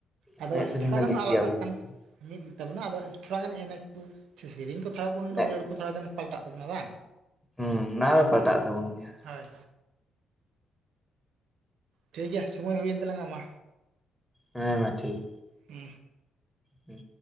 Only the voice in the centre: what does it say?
ᱮᱱᱮᱡ
ᱥᱮᱨᱮᱧ
ᱫᱚ
ᱢᱤᱫ
ᱜᱮᱭᱟᱵᱚᱱ
ᱥᱮ
ᱮᱱᱮᱡ
ᱦᱩᱸ ᱚᱱᱟ ᱫᱚ ᱯᱟᱞᱴᱟᱜ ᱛᱟᱵᱚᱱ ᱜᱮᱭᱟ
ᱦᱮᱸ ᱢᱟ ᱴᱷᱤᱠ
ᱦᱩᱸ